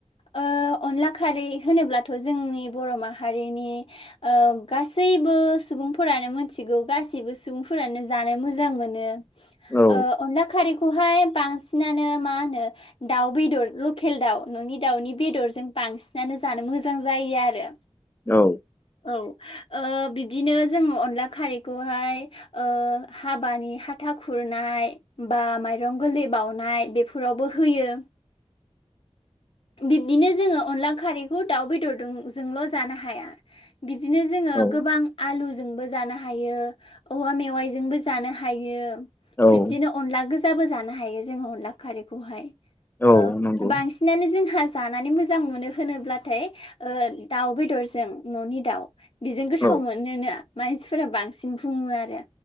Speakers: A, on the left; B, on the left.
A: ओ अनला खारै होनोब्लाथ' जोंनि बर' माहारिनि ओ गासैबो सुबुंफोरानो मोनथिगौ गासैबो सुबुंफोरानो जानो मोजां मोनो।
B: औ
A: ओ अनला खारिखौहाय बांसिनानो मा होनो दाउ बेदर लकेल दाउ न'नि दाउनि बेदरजों बांसिनानो जानो मोजां जायो आरो
B: औ
A: औ ओ बिब्दिनो जोङो अनला खारैखौहाय ओ हाबानि हाथा खुरनाय बा माइरं गोरलै बाउनाय बेफोरावबो होयो।
B: <inaudible>
A: बिब्दिनो जोङो अनला खारैखौ दाउ बेदरदों जोंल' जानो हाया। दिनो जोङो
B: औ
A: गोबां आलु जोंबो जानो हायो औवा मेवाइ जोंबो जानो हायो।
B: औ
A: बिब्दिनो अनला गो जाबो जानो हायो जों अनला खारैखौहाय
B: औ
A: ओ
B: नंगौ
A: बांसिनानो जोंहा जानानै मो मोजां मोनो होनोब्लाथाय ओ दाउ बेदरजों न'नि दाउ बेजों गोथाव
B: औ
A: मोनोना मानसिफोरा बांसिन बुङो आरो